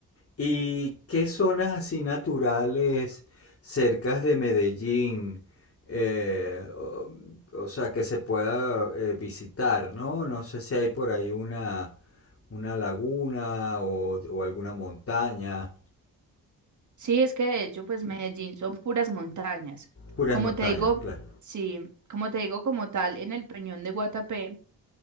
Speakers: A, on the left; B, on the right.
A: ¿Y qué zonas así naturales cercas de Medellín? eh, o, o sea, que se pueda eh, visitar, ¿no? No sé si hay por ahí una, una laguna o, o alguna montaña.
B: Sí, es que de hecho, pues Medellín son puras montañas.
A: Puras
B: Como
A: montañas,
B: te digo,
A: claro.
B: sí, como te digo, como tal, en el Peñón de Guatapé